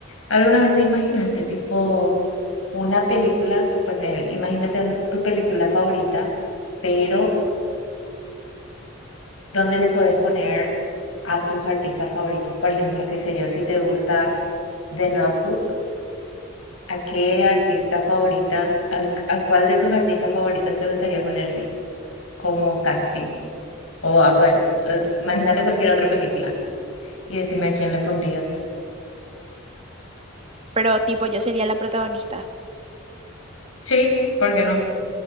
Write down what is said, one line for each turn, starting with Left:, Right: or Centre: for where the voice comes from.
Left: ¿Alguna vez te imaginaste tipo una película, poner- imagínate un- tu película favorita, pero ¿dónde le puedes poner a tus artistas favoritos? Por ejemplo, qué sé yo, si te gusta The Notebook, ¿a qué artista favorita, a, a cuál de tus artistas favoritos te gustaría ponerle como casting? O a cuál, eh, imagínate cualquier otra película y decime a quién le pondrías.
Right: Pero tipo, yo sería la protagonista.
Left: Sí, ¿por qué no?